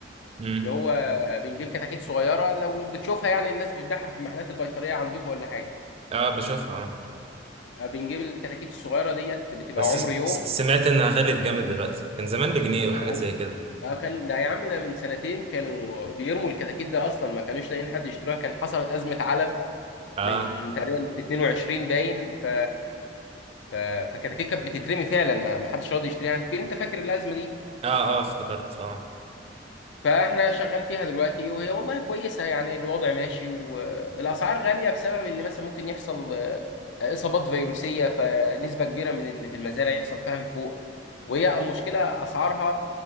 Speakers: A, on the right (about 35°); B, on the left (about 75°).
A: امم
B: اللي هو بنجيب كتاكيت صغيره لو بتشوفها يعني الناس بتبيعها في المحلات البيطريه عندكم ولا حاجه
A: اه بشوفها اه
B: آه، بنجيب الكتاكيت الصغيره ديت بتبقى
A: بس
B: عمر
A: س-
B: يوم
A: س- سمعت انها غلت جامد دلوقتي كان زمان بجنيه وحاجات
B: اهو
A: زي كده
B: اه كان ده يا عم ده من سنتين كانوا بيرموا الكتاكيت ده اصلا ما كانوش لاقيين حد يشتروها كان حصل ازمه علف
A: اه
B: من تقريبا 22 باين ف ف فكتاكيت كانت بتترمي فعلا ما ما حدش راضي يشتريها يمكن انت فاكر الازمه دي
A: اه اه افتكرت اه
B: فاحنا شغال فيها دلوقتي وهي والله كويسه يعني الوضع ماشي والاسعار غاليه بسبب ان مثلا ممكن يحصل آه، اصابات فيروسيه فنسبه كبيره من اللي في المزارع يحصل فيها من فوق وهي المشكله اسعارها